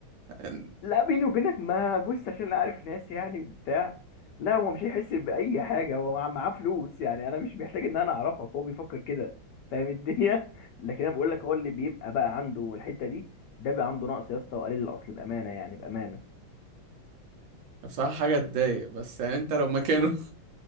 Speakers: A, on the right (about 65°); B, on the left (about 80°).
A: آه،
B: لا بيني وبينك ما بص عشان انا عارف ناس يعني وبتاع لا هو مش هيحس بأي حاجة هو مع- معاه فلوس يعني انا مش محتاج ان انا اعرفك هو بيفكر كده فاهم الدنيا <laughs> لكن انا بقول لك هو اللي بيبقى بقى عنده الحتة دي ده بقى عنده نقص يا اسطى وقليل الاصل بأمانة يعني بأمانة
A: بصراحة حاجة تضايق بس يعني انت لو مكانه